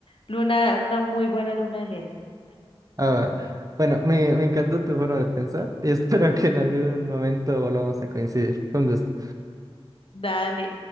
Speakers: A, on the left; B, on the right.
A: luna, una muy buena luna de miel,
B: Ah, bueno, me, me encantó tu forma de pensar y <laughs> espero que en algún momento volvamos a coincidir. Con gusto.
A: dale.